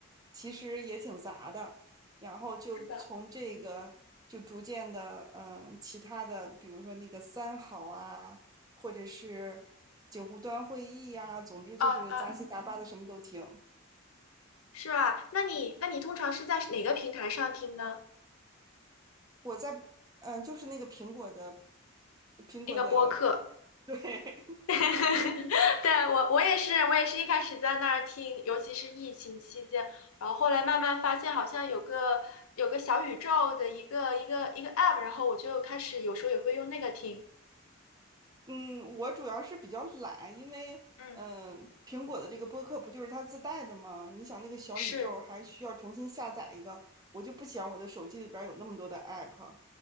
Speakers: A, on the right; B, on the left.
A: 其实也挺杂的，然后就从这个就逐渐的，
B: 是吧？
A: 嗯，其他的，比如说那个三好啊，或者是九湖端会议呀、总之就是杂七杂八的什么都听。
B: 啊啊，是吧？那你那你通常是在哪个平台上听呢？
A: 我在，嗯，就是那个苹果的，苹果的，
B: 那个播客？
A: <laughs> 对。
B: <laughs> 对，我我也是，我也是一开始在那儿听，尤其是疫情期间，然后后来慢慢发现好像有个有个小宇宙的一个一个一个 app，然后我就开始有时候也会用那个听。
A: 嗯，我主要是比较懒，因为嗯、
B: 嗯。
A: 呃苹果的这个播客不就是它自带的吗？你想那个小宇宙还需要重新下载一个，
B: 是，
A: 我就不想我的手机里边儿有那么多的 app，